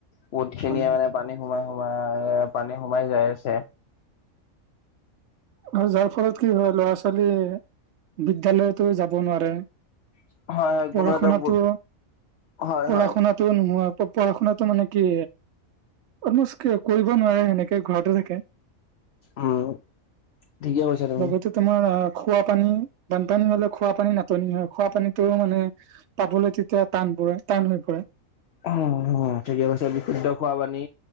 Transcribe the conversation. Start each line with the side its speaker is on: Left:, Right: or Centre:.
Left: বহুত খিনিয়ে
Right: হয়
Left: মানে পানী সোমাই সোমাই পানী সোমাই যাই আছে।
Right: আৰু যাৰ ফলত কি হয় ল'ৰা ছোৱালীয়ে বিদ্যালয়টো যাব নোৱাৰে।
Left: হয় হয়
Right: পঢ়া
Left: কোনো এটা
Right: শুনাতো,
Left: বুট হয়
Right: পঢ়া
Left: হয়
Right: শুনাত টো নোহোৱা হ'ব, পঢ়া শুনাতো মানে কি অলমষ্ট কিয় কৰিব নোৱাৰে সেনেকে ঘৰতে থাকে।
Left: উম, ঠিকে কৈছা তুমি।
Right: লগতে তোমাৰ আ, খোৱাপানী বানপানী হ'লে খোৱাপানী নাটনি হয়, খোৱাপানীটো মানে পাবলৈ তেতিয়া টান পৰে, টান হৈ পৰে।
Left: অ' অ' ঠিকে কৈছা বিশুদ্ধ খোৱা পানী